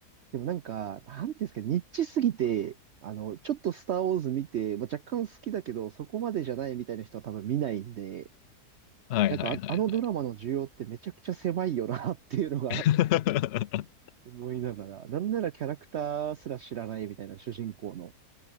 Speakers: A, on the right (about 60°); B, on the left (about 70°).
A: でもなんか、なんていうんですか、ニッチすぎて、あの、ちょっとスターウォーズ見て、まあ、若干好きだけど、そこまでじゃないみたいな人は多分見ないんで、
B: はいはいはい
A: なんかあ、あのドラマの需要ってめちゃくちゃ狭いよなっていうのが
B: <laughs>
A: <laughs>
B: は
A: 思いながら、なんならキャラクターすら知らないみたいな主人公の、っ